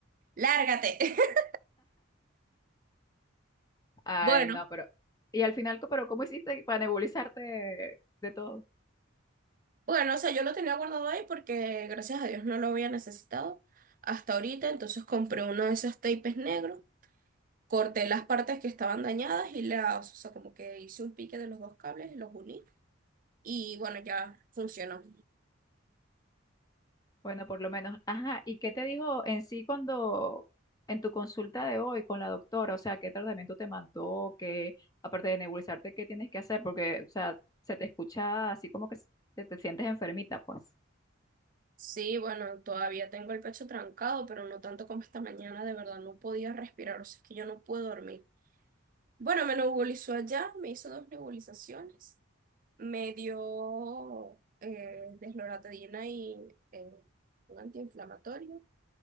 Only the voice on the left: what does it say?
Ay,
no, pero. Y al final, co- ¿pero cómo hiciste para nebulizarte de todo?
Bueno, por lo menos. Ajá, ¿y qué te dijo en sí cuando en tu consulta de hoy con la doctora? O sea, ¿qué tratamiento te mandó? ¿Qué, aparte de nebulizarte, qué tienes que hacer? Porque, o sea, se te escucha así como que se- te, te sientes enfermita, pues.